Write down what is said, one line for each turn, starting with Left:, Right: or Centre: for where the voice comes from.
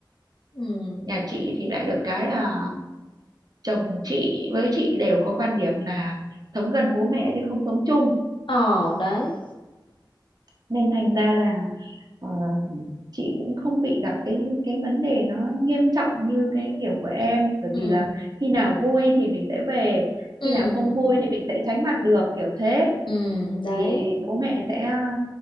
Left: ừ
Right: nhà chị thì lại được cái là chồng chị với chị đều có quan điểm là sống gần bố mẹ chứ không sống chung
Left: ờ đấy
Right: nên thành ra là ờ, chị cũng không bị gặp cái cái vấn đề nó nghiêm trọng như cái kiểu của em bởi
Left: ừ
Right: vì là khi nào vui thì mình sẽ về
Left: ừ
Right: khi nào không vui thì mình sẽ tránh mặt được kiểu thế
Left: Ừ, đấy.
Right: thì bố mẹ sẽ ờ,